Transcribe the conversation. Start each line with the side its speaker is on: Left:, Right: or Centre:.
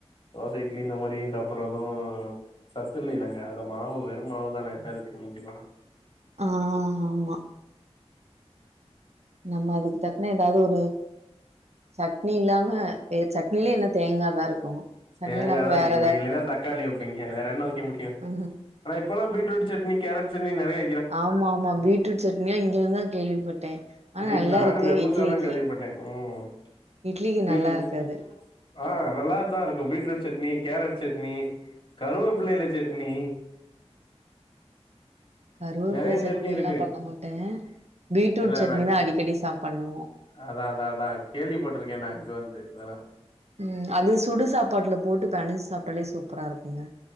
Left: தோசை இட்லி இந்த மாறி சாப்பிடறது சத்து‌இல்லேலங்க அதுல மாவு வெறு மாவு தானே என்ன இருக்கு மிஞ்சு போனா
Right: ஆ ஆமா நம்ம அதுக்கு தக்கன ஏதாவது ஒரு சட்னி இல்லாம வே சட்னி இல்வ என்ன தேங்காயதா இருக்கு சட்னி
Left: தேங்காதா
Right: இல்லாம
Left: வைக்க
Right: வேற
Left: முடியு இல்லன்னா தக்காளி வைப்பங்க வேற என்ன வைக்க முடியு
Right: அ
Left: ஆனா இப்பல்லா பீட்ரூட் சட்னி கேரட் சட்னி நறைய
Right: ஆமா ஆமா பீட்ரூட் சட்னினா இங்க வந்து தா கேள்விப்பட்டே ஆனா
Left: ரீட்
Right: நல்லா
Left: நானுமே
Right: இருக்கு
Left: புதுசாதா
Right: இட்லிக்கு
Left: கேள்விப்பட்டே ம்
Right: இட்லிக்கு
Left: பீட்ரூட்
Right: நல்லா இருக்கு அது
Left: ஆ நல்லதா இருக்கு பீட்ரூட் சட்னி கேரட் சட்னி கருவப்பில்லைல
Right: ம்
Left: சட்னி
Right: கருவப்பில
Left: நெறைய
Right: சட்னில்லா
Left: சட்னி இருக்கு
Right: பண்ண மாட்ட பீட்ரூட்
Left: இல்ல
Right: சட்னி
Left: இல்ல
Right: தா அடிக்கடி சாப் பண்ணுவோ
Left: அதா அதா அதா கேள்விப்பட்ருக்கே நா இங்க வந்து இதெல்லா
Right: ம் அது சுடு சாப்பாட்டுல போட்டு பெணஞ்சு சாப்ட்டாலே சூப்பரா இருக்குங்க